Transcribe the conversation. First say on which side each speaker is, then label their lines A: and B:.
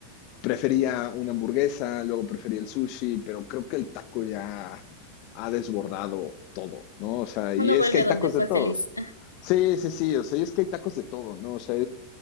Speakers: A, on the left (about 45°); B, on the left (about 85°).
A: prefería una hamburguesa, luego prefería el sushi, pero creo que el taco ya ha desbordado todo, ¿no? O sea,
B: Uno
A: y es
B: vuelve
A: que hay
B: a donde
A: tacos
B: fue
A: de todos.
B: feliz.
A: Sí, sí, sí, o sea, y es que hay tacos de todo, ¿no? O sea,